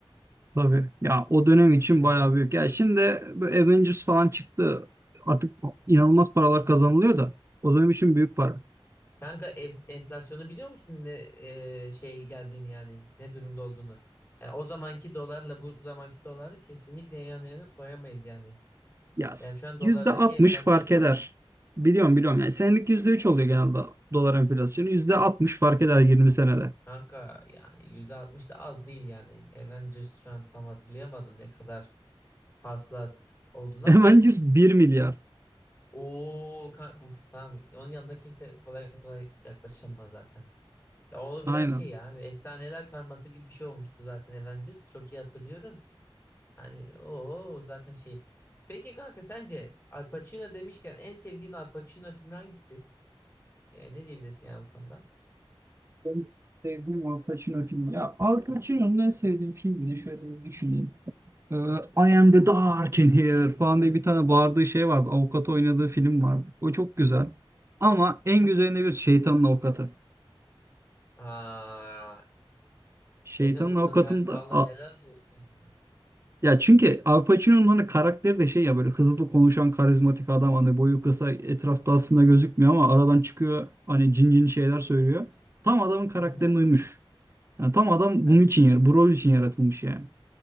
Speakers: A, on the right; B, on the left.
A: Tabii. Ya o dönem için
B: kanka.
A: bayağı büyük. Ya şimdi böyle Avengers falan çıktı. Artık inanılmaz paralar kazanılıyor da o dönem için büyük para.
B: Kanka enf- enflasyonu biliyor musun ne e, şey geldiğini yani ne durumda olduğunu? Yani o zamanki dolarla bu zamanki doları kesinlikle yan yana koyamayız yani.
A: Ya
B: Yani şu an dolardaki
A: %60
B: enflasyon
A: fark
B: çok.
A: eder. Biliyorum biliyorum. Yani senelik %3 oluyor genelde dolar enflasyonu. %60 fark eder 20 senede.
B: Kanka yani 160 da az değil yani. Avengers şu an tam hatırlayamadım ne kadar hasılat olduğunu
A: <laughs> Hemen
B: ama
A: yüz- bir milyar.
B: o uf, tamam onun yanında kimse kolay kolay yaklaşamaz zaten. Ya o
A: Aynen.
B: biraz şey ya bir efsaneler karması gibi bir şey olmuştu zaten Avengers çok iyi hatırlıyorum. Hani o zaten şey. Peki kanka sence Al Pacino demişken en sevdiğin Al Pacino filmi hangisi? Yani ne diyebilirsin yani bu konuda?
A: Ben sevdiğim Al Pacino filmi. Ya Al Pacino'nun en sevdiğim filmini şöyle bir düşüneyim. Ee, I am the dark in here falan diye bir tane bağırdığı şey vardı. Avukat oynadığı film vardı. O çok güzel. Ama en güzelinde bir Şeytanın Avukatı.
B: Aa,
A: Şeytanın
B: beni vurdun
A: Avukatı'nda
B: kanka vallahi helal olsun ya.
A: Ya çünkü Al Pacino'nun hani karakteri de şey ya böyle hızlı konuşan karizmatik adam hani boyu kısa etrafta aslında gözükmüyor ama aradan çıkıyor hani cin cin şeyler söylüyor. Tam adamın karakterine
B: Hı hı.
A: uymuş. Yani tam adam
B: Ya
A: bunun için yer, bu rol için yaratılmış yani.